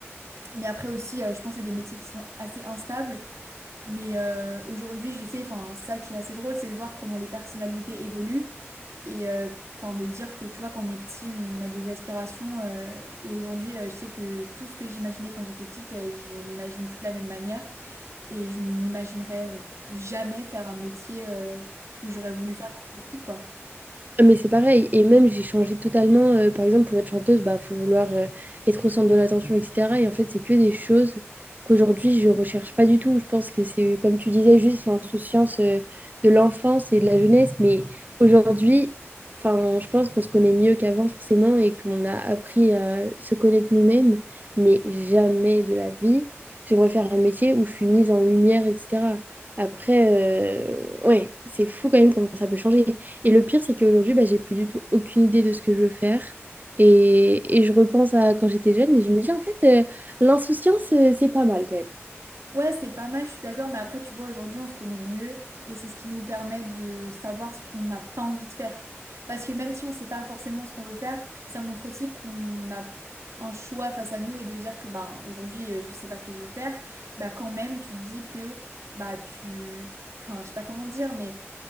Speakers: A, on the right (about 85°); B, on the right (about 40°).
A: mais après aussi, euh, je pense que c'est des métiers qui sont assez instables. Mais euh, aujourd'hui, je sais, enfin, ça qui est assez drôle, c'est de voir comment les personnalités évoluent et euh, enfin de dire que tu vois, quand on est petit, on a des aspirations. euh, et aujourd'hui, euh, je sais que tout ce que j'imaginais quand j'étais petite, euh, je l'imagine plus de la même manière et je m'imaginerais euh, jamais faire un métier euh, que j'aurais voulu faire quand j'étais petite, quoi.
B: Ah, Mais c'est pareil, et même j'ai changé totalement, euh, par exemple pour être chanteuse, bah faut vouloir euh, être au centre de l'attention, etc. Et en fait, c'est que des choses qu'aujourd'hui je recherche pas du tout. Je pense que c'est, comme tu disais, juste l'insouciance euh, de l'enfance et de la jeunesse. Mais aujourd'hui, enfin, je pense qu'on se connaît mieux qu'avant forcément et qu'on a appris à se connaître nous-mêmes, mais jamais de la vie. J'aimerais faire un métier où je suis mise en lumière, etc. Après, euh, ouais, c'est fou quand même comment ça peut changer. Et le pire, c'est qu'aujourd'hui, bah, j'ai plus du tout aucune idée de ce que je veux faire. Et, et je repense à quand j'étais jeune et je me dis, en fait, euh, l'insouciance, euh, c'est pas mal quand même.
A: Ouais, c'est pas mal, je suis d'accord, mais après, tu vois, aujourd'hui, on se connaît mieux et c'est ce qui nous permet de savoir ce qu'on n'a pas envie de faire. Parce que même si on sait pas forcément ce qu'on veut faire, ça montre aussi qu'on a un choix face à nous et de dire que bah aujourd'hui, euh, je sais pas ce que je veux faire, bah quand même, tu te dis que bah tu. Enfin, je sais pas comment dire, mais